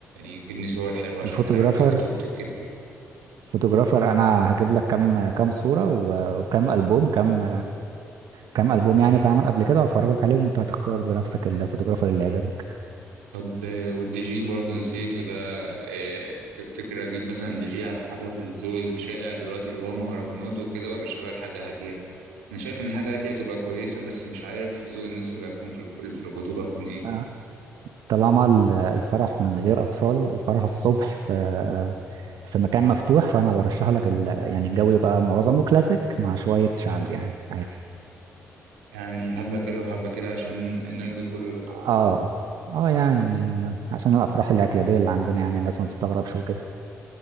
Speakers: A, on the right (about 80°); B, on the right (about 60°).
A: يجيبني صور حلوه عشان
B: الفوتوغرافر
A: انت عارف دي خطوبتي كده
B: الفوتوغرافر أنا هجيب لك كام كام صورة و- وكام ألبوم كام كام ألبوم يعني اتعمل قبل كده وأفرجك عليهم وأنت هتختار بنفسك الفوتوغرافر اللي يعجبك
A: طب آه، والدي جي برضه نسيته ده آه، تفتكر اجيب مثلا دي جي على حسب الذوق الشائع دلوقتي اللي هو مهرجانات وكده ولا شغال حاجه هاديه انا شايف ان حاجه هاديه تبقى كويسه بس مش عارف ذوق الناس اللي هتكون في الف- في الخطوبه هتكون ايه
B: آه. طالما ال- الفرح من غير أطفال الفرح الصبح في في مكان مفتوح فأنا برشح لك ال... يعني الجو يبقى معظمه كلاسيك مع شوية شعب يعني عادي
A: يعني حبه كده وحبه كده عشان نرضي كل الاطراف
B: اه اه يعني عشان الأفراح الاعتيادية اللي عندنا يعني الناس ما تستغربش وكده